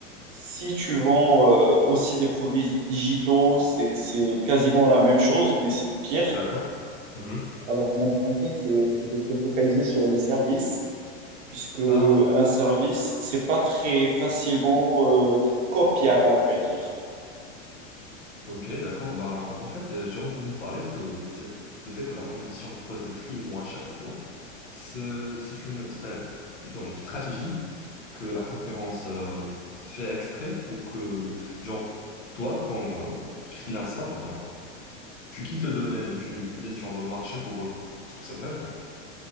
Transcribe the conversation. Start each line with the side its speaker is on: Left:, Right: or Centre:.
Right: si tu vends euh, aussi des produits digitaux, c'est, c'est quasiment la même chose, mais c'est pire.
Left: D'accord. Mhm.
Right: Alors mon conseil, c'est, c'est de te focaliser sur les services, puisque
Left: Ben,
Right: un service, c'est pas très facilement euh, copiable, à vrai dire.
Left: Ok, d'accord. Ben, en fait, euh, j'ai entendu parler que c'est- le fait que la compétition propose des prix moins chers que toi, c'est c'est une, c'est un- plutôt une stratégie que la concurrence euh, fait exprès pour que, genre, toi, comme euh, freelancer, ou bien, tu quittes le domaine et tu, tu laisses, genre, le marché pour eux. Parce que c'est vrai, genre,